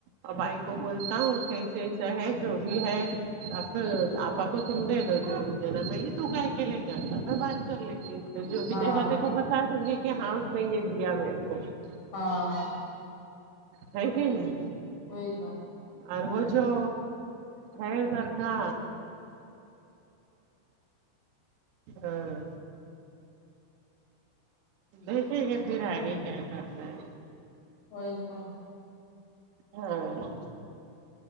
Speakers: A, on the right; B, on the left.
A: اور بھائی کو بولتا ہوں کیسے ایسا ہے جو بھی ہے <unintelligible> <unintelligible> میں بات کر لیتی ہوں اس سے جو بھی
B: ہاں
A: دے گا تیرے کو بتا دوں گی کہ ہاں اس نے یہ دیا <unintelligible>
B: ہاں
A: ہے کے نہیں
B: وہی تو
A: اور وہ جو ہے ادھر کا ہاں دیکھے گے پھر آگے کیا کر تے ہے
B: وئی تو
A: ہاں